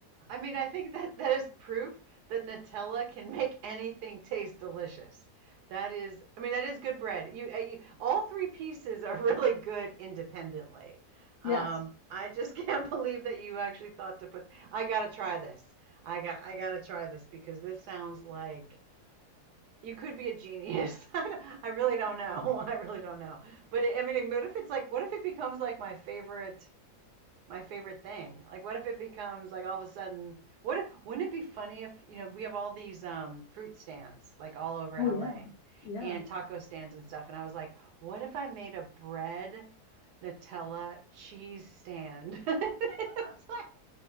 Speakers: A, on the right; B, on the left.
A: I mean, I think that that is proof that Nutella can make anything taste delicious. That is, I mean, that is good bread. You, uh, you all three pieces are <laughs> really good independently.
B: Yes,
A: Um, I just <laughs> can't believe that you actually thought to put, I gotta try this. I got, I gotta try this because this sounds like You could be a genius. <laughs> I really don't know. <laughs> I really don't know. But I mean, what if it's like, what if it becomes like my favorite, my favorite thing? Like, what if it becomes like all of a sudden, what wouldn't it be funny if, you know, we have all these um, fruit stands like all over
B: Oh
A: LA
B: yeah. Yeah.
A: and taco stands and stuff. And I was like, what if I made a bread Nutella cheese stand? <laughs> It's like-